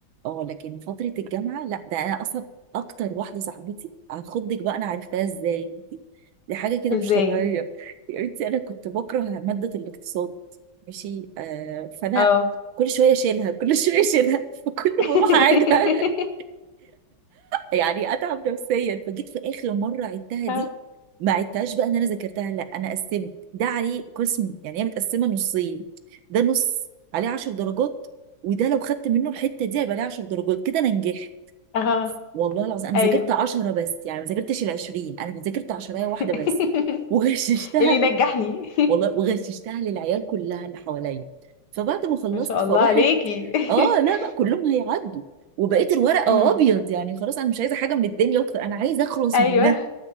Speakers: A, on the right; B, on the left.
A: اه لكن فترة الجامعة لا ده انا اصلا اكتر واحدة صاحبتي عن خدك بقى انا عرفتها ازاي دي, دي حاجة كده
B: ازاي
A: مش طبيعية يا بنتي انا كنت بكره مادة الاقتصاد ماشي آه فانا
B: اه
A: كل شوية اشيلها كل <laughs> شوية اشيلها فكل
B: <laughs>
A: ما اروح اعيدها <laughs> يعني اتعب نفسيا فجيت في اخر مرة عدتها
B: اه
A: دي ما عدتهاش بقى ان انا ذاكرتها لا انا قسمت ده عليه قسم يعني هي متقسمة نصين ده نص عليه 10 درجات وده لو خدت منه الحتة دي هيبقى عليه 10 درجات كده انا نجحت
B: اه
A: والله العظيم انا
B: ايوه
A: ذاكرت 10 بس يعني ما ذاكرتش ال 20 انا ذاكرت 10 هي واحده
B: <laughs>
A: بس <laughs> وغششتها
B: اللي نجحني
A: والله وغششتها للعيال كلها اللي حواليا فبعد
B: <laughs>
A: ما خلصت
B: ما شاء
A: فواحد
B: الله عليكي <laughs>
A: اه لا بقى كلهم هيعدوا وبقيت الورقه
B: امم
A: ابيض يعني خلاص انا مش عايزه حاجه من الدنيا اكتر انا عايزه اخلص
B: ايوه
A: منها